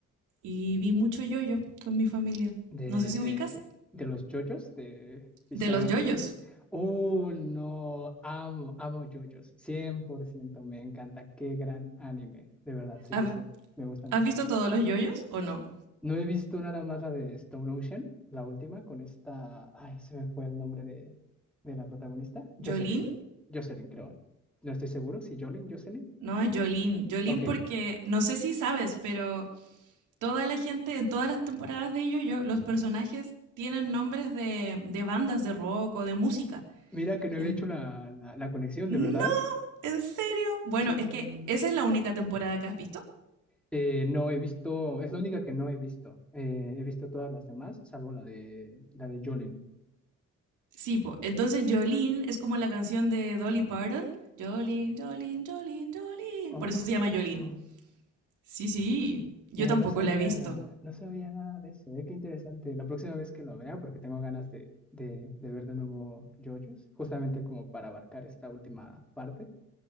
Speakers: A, on the right; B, in the centre.
A: Y vi mucho yoyo con mi familia.
B: De,
A: No sé si
B: de,
A: ubicas.
B: de los yoyos, de pisar
A: De los yoyos.
B: Uh, no, amo, amo JoJo's, 100% me encanta, qué gran anime, de verdad, sí,
A: ¿Has,
B: sí, sí, me gusta muchísimo.
A: has visto todos los yoyos o no?
B: No he visto nada más la de Stone Ocean, la última, con esta, ay, se me fue el nombre de, de la protagonista,
A: Jolín,
B: Jocelyn, Jocelyn, creo, no estoy seguro, si Jolene, Jocelyn.
A: No, es Jolín. Jolín
B: Ok,
A: porque, no sé si sabes, pero toda la gente, en todas las temporadas de Yo-Yo, los personajes tienen nombres de, de bandas de rock o de música.
B: mira que no había
A: En-
B: hecho la, la, la conexión,
A: no,
B: ¿de verdad?
A: ¿en serio? Bueno,
B: Sí,
A: es
B: no,
A: que
B: no, no, no.
A: esa es la única temporada que has visto.
B: Eh, no he visto, es la única que no he visto, Eh, he visto todas las demás, salvo la de, la de Jolene.
A: Sí, po. Entonces Jolene es como la canción de Dolly Parton. Jolene, Jolene, Jolene, Jolene.
B: Oh,
A: Por eso se llama Jolene. Sí, sí. Yo
B: mira,
A: tampoco
B: no sabía,
A: la he visto.
B: no sabía nada de eso. eh, Qué interesante. La próxima vez que lo vea, porque tengo ganas de, de, de ver de nuevo JoJo's, justamente como para abarcar esta última parte,